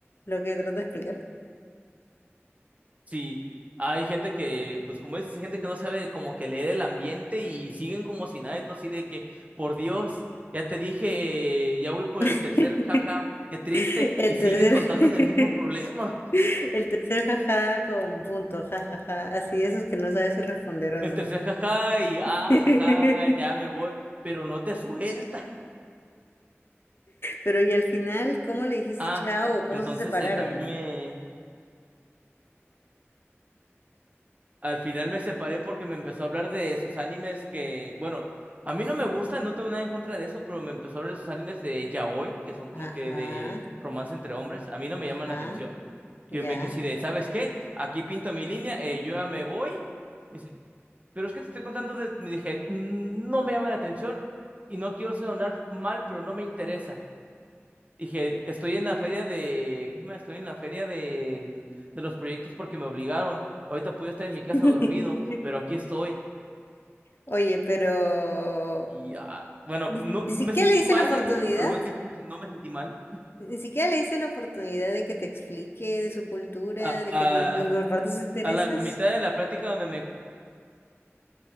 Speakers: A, on the left; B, on the right.
A: lo que trato de explicar?
B: Sí, hay gente que, pues como dices, hay gente que no sabe como que leer el ambiente y siguen como si nada, y todo así de que, por Dios, ya te dije, eh, ya voy por
A: <laughs>
B: el tercer jaja, qué triste,
A: El
B: y sigues
A: tercer
B: contándome el mismo problema.
A: <laughs>
B: <laughs>
A: El tercer jaja con punto, jajaja. Así, esos que no sabes si responder o
B: El
A: no.
B: tercer jaja y ah,
A: <laughs>
B: jaja, ya me voy, pero no te suelta.
A: Pero y al final, ¿cómo le dijiste
B: Ah,
A: chao? ¿Cómo
B: entonces
A: se separaron?
B: eh, también me, Al final me separé porque me empezó a hablar de sus animes que, bueno, a mí no me gustan, no tengo nada en contra de eso, pero me empezó a hablar de sus animes de yaoi, que son como
A: Ajá,
B: que de romance entre hombres. A mí no me
A: ajá,
B: llaman la atención. Y
A: ya.
B: yo me quedé así de, ¿sabes qué? Aquí pinto mi línea, eh, yo ya me voy. Me dice, pero es que te estoy contando de... Me dije, "Mm, no me llama la atención y no quiero sonar mal, pero no me interesa. Dije, estoy en la feria de, ¿cómo se llama? Estoy en la feria del- de, los proyectos porque me obligaron. Ahorita puedo estar en
A: <laughs>
B: mi casa dormido, pero aquí estoy.
A: Oye, pero
B: Y ah, bueno,
A: ni,
B: no
A: ni
B: me
A: siquiera
B: sentí
A: le hice
B: mal,
A: la oportunidad,
B: al- pero al mismo tiempo me- no me sentí mal.
A: ni siquiera le hice la oportunidad de que te explique de su cultura,
B: A,
A: de
B: a-
A: que te <laughs> comparta sus intereses.
B: a la mitad de la plática donde me,